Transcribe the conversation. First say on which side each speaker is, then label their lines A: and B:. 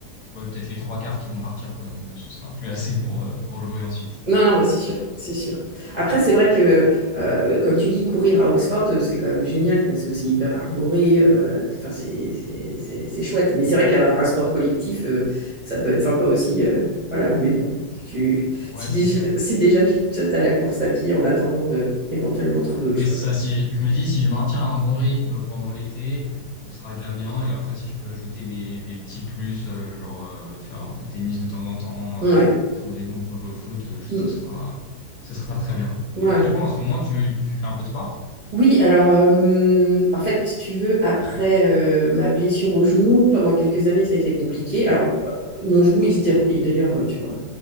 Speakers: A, on the left; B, on the right.
A: ouais, peut-être les trois quarts qui vont partir, quoi. Donc, euh, ce sera plus assez pour, euh, pour jouer ensuite.
B: Non, non, mais c'est sûr, c'est sûr. Après, c'est vrai que, euh, comme tu dis, courir à Oxford, euh, c'est quand même génial parce que c'est hyper arboré, euh, enfin, c'est c'est- c'est- c'est chouette. Mais c'est vrai qu'un un sport collectif, euh, ça peut être sympa aussi. euh, voilà, mais bon, tu,
A: Ouais,
B: si,
A: c'est
B: déjà,
A: clair.
B: si déjà tu as la course à pied en attendant de éventuellement trouver autre
A: Oui,
B: chose.
A: c'est ça. Si je, me dis, si je maintiens un bon rythme pendant l'été, ce sera déjà bien. Et après, si je peux ajouter des, des petits plus, euh, genre euh, faire un peu de tennis de temps en temps,
B: Ouais.
A: euh, trouver des gens pour jouer au foot, euh, ça
B: Mm,
A: sera, ça sera très bien.
B: mm,
A: Et
B: ouais.
A: toi, du coup, en ce moment, tu, tu fais un peu de sport?
B: Oui, alors, euh, en fait, si tu veux, après euh, ma blessure au genou, pendant quelques années, ça a été compliqué. Alors, bah, mon genou, il se dérobe, et d'ailleurs, euh, tu vois,